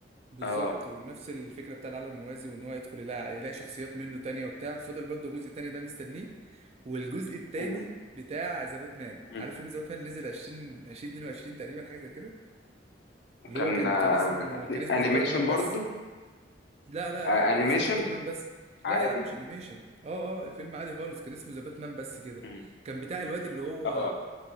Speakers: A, on the right; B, on the left.
A: بالظبط
B: اه
A: ونفس الفكره بتاع العالم الموازي وان هو يدخل يلاقي, يلاقي شخصيات منه تانية وبتاع فاضل برضه جزء تاني ده مستنيه والجزء التاني
B: مم.
A: بتاع ذا باتمان
B: مم.
A: عارف فيلم ذا باتمان نزل 20 2022 تقريبا حاجه زي كده اللي
B: كان
A: هو كان
B: آه،
A: كان اسمه كان اسمه
B: انيميشن
A: ذا باتمان بس
B: برضو
A: لا لا
B: آه،
A: لا
B: انيميشن
A: اسمه ذا باتمان بس
B: عادي
A: لا يا عم مش انيميشن اه اه فيلم عادي خالص كان اسمه ذا باتمان بس كده
B: مم.
A: كان بتاع الواد اللي هو
B: اه